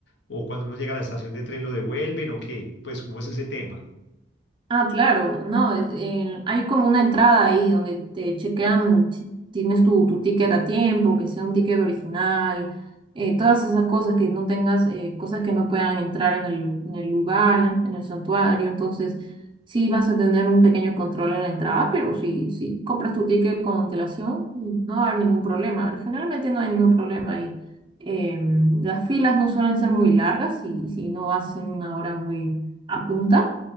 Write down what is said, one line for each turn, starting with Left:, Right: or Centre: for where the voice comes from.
Left: O cuando uno llega a la estación de tren lo devuelven o qué, pues ¿cómo es ese tema?
Right: Ah, claro, no, eh, eh, hay como una entrada ahí donde te chequean si tienes tu, tu ticket a tiempo, que sea un ticket original, eh, todas esas cosas que no tengas, eh, cosas que no puedan entrar en el, en el lugar, en el santuario, entonces sí vas a tener un pequeño control en la entrada, pero si, si compras tu ticket con antelación, no va a haber ningún problema, generalmente no hay ningún problema ahí. Em, las filas no suelen ser muy largas si, si no vas en una hora muy a punta.